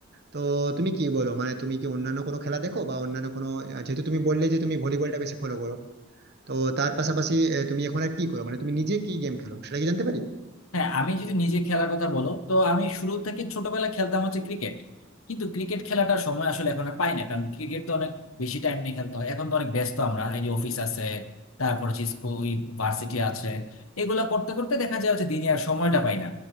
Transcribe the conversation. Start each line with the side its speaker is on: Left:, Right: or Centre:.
Right: তো তুমি কি বলো মানে তুমি কি অন্যান্য কোনো খেলা দেখো বা অন্যান্য কোনো আহ, যেহেতু তুমি বললে যে তুমি ভলিবলটা বেশি ফলো করো তো তার পাশাপাশি আহ, তুমি এখন আর কি করো মানে তুমি নিজে কি গেম খেলো সেটা কি জানতে পারি
Left: হ্যাঁ আমি যদি নিজে খেলার কথা বলো তো আমি শুরু থেকে ছোটবেলা খেলতাম হচ্ছে ক্রিকেট কিন্তু ক্রিকেট খেলাটার সময় আসলে এখন আর পাই না কারণ ক্রিকেট তো অনেক বেশি টাইম নিয়ে খেলতে হয় এখন তো অনেক ব্যস্ত আমরা এই যে অফিস আছে তারপর হচ্ছে স্কুল ভার্সিটি আছে এগুলা করতে করতে দেখা যায় হচ্ছে দিনে আর সময়টা পাই না